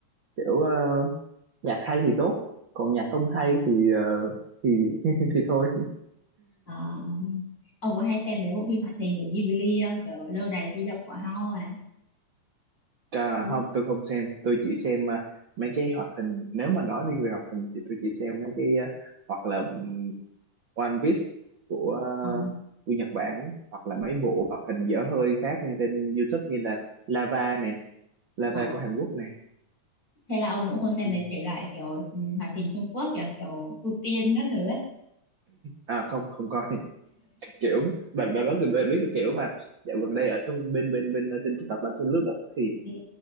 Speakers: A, on the right; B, on the left.
A: kiểu ờ, nhạc hay thì tốt còn nhạc không hay thì ờ, thì <laughs> thì thôi
B: Ờ, ông có hay xem mấy bộ phim hoạt hình của Ghibli không kiểu lâu đài di động của Hao à
A: À,
B: Ừ.
A: không tôi không xem tôi chỉ xem à, mấy cái hoạt hình nếu mà nói riêng về hoạt hình thì tôi chỉ xem mấy cái à, hoặc là ừm, One Piece của à,
B: Ờ,
A: của Nhật Bản hoặc là mấy bộ hoạt hình dở hơi khác nghe trên YouTube như là Lava nè Lava
B: Ờ,
A: của Hàn Quốc nè
B: thế là ông cũng không xem
A: Ừm.
B: mấy thể loại kiểu ừ, hoạt hình Trung Quốc kiểu kiểu ưu tiên các thứ ấy.
A: à không không coi <laughs> kiểu bạn bạn biết bạn biết cái kiểu mà dạo gần đây ở trong bên bên bên ờ, trên TikTok á tôi lướt á thì
B: Ừ.